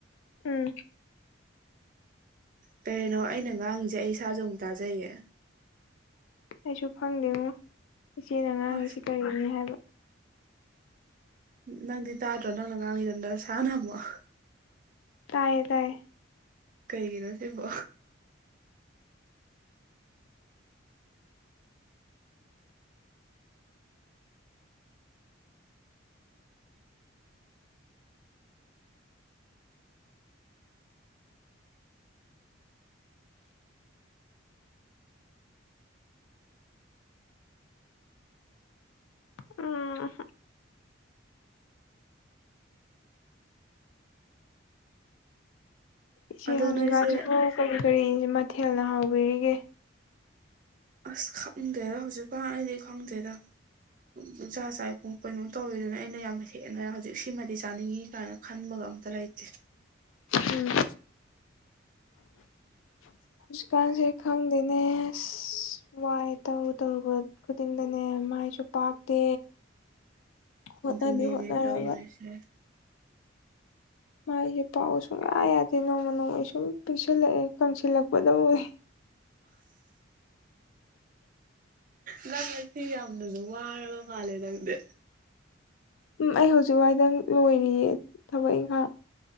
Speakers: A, on the left; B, on the right.
A: ꯎꯝ
B: ꯀꯔꯤꯅꯣ ꯑꯩꯅ ꯉꯥꯡꯉꯤꯁꯦ ꯑꯩ ꯏꯁꯥꯁꯨ ꯑꯃꯨꯛ ꯇꯥꯖꯩꯌꯦ
A: ꯑꯩꯁꯨ ꯐꯪꯗꯦꯉꯣ ꯏꯆꯦꯅ ꯉꯥꯡꯉꯤꯁꯤ
B: ꯑꯁ
A: ꯀꯔꯤꯅꯤ ꯍꯥꯏꯕ
B: ꯅꯪꯗꯤ ꯇꯥꯗ꯭ꯔꯣ ꯅꯪꯅ ꯉꯥꯡꯉꯤꯗꯣ ꯁꯥꯟꯅ ꯃꯁꯨꯛ
A: ꯇꯥꯏꯌꯦ ꯇꯥꯏ
B: ꯀꯩꯒꯤꯅꯣ ꯁꯤꯕꯣ
A: ꯑ ꯏꯆꯦ
B: ꯑꯗꯣ
A: ꯍꯧꯖꯤꯛꯀꯥꯟꯁꯤꯕꯨ
B: ꯅꯣꯏꯁꯦ
A: ꯀꯔꯤ ꯀꯔꯤ ꯏꯆ ꯃꯊꯦꯜꯅ ꯍꯥꯎꯕꯤꯔꯤꯒꯦ
B: ꯑꯁ ꯈꯪꯗꯔꯦꯗ ꯍꯧꯖꯤꯛꯀꯥꯟ ꯑꯩꯗꯤ ꯈꯪꯗꯦꯗ ꯎꯝ ꯄꯨꯡꯆꯥ ꯆꯥꯏ ꯄꯨꯡ ꯀꯩꯅꯣꯝ ꯇꯧꯋꯤꯗꯨꯅ ꯑꯩꯅ ꯌꯥꯝ ꯍꯦꯟꯅ ꯍꯧꯖꯤꯛ ꯁꯤꯃꯗꯤ ꯆꯥꯅꯤꯡꯏ ꯀꯥꯏꯅ ꯈꯟꯕꯒ ꯀꯩꯝ ꯇ ꯂꯩꯇꯦ
A: ꯎꯝ ꯍꯧꯖꯤꯛꯀꯥꯟꯁꯦ ꯈꯪꯗꯦꯅꯦ ꯑ ꯋꯥꯥꯏ ꯇꯧ ꯇꯧꯕ ꯈꯨꯗꯤꯡꯗꯅꯦ ꯃꯥꯏꯁꯨ ꯄꯥꯛꯇꯦ ꯍꯣꯠꯅꯗꯤ
B: ꯑꯗꯨꯅꯦꯃꯤ
A: ꯍꯣꯠꯅꯔꯒ
B: ꯇꯧꯔꯤꯁꯦ
A: ꯃꯥꯏꯁꯦ ꯄꯥꯎ ꯁꯨꯡꯌꯥ ꯌꯥꯗꯦ ꯅꯣꯡꯃ ꯅꯣꯡꯃꯒꯤ ꯁꯨꯝ ꯄꯤꯛꯁꯤꯜꯂꯛꯑꯦ ꯀꯪꯁꯤꯜꯂꯛꯄꯗꯕꯨꯋ
B: ꯅꯪ ꯉꯁꯤ ꯌꯥꯝꯅꯁꯨ ꯋꯥꯔꯕ ꯃꯥꯜꯂꯦ ꯅꯪꯗꯦ
A: ꯎꯝ ꯑꯩ ꯍꯧꯖꯤꯛ ꯋꯥꯏꯗꯪ ꯂꯣꯏꯔꯤꯌꯦ ꯊꯕꯛ ꯏꯪꯈꯥꯡ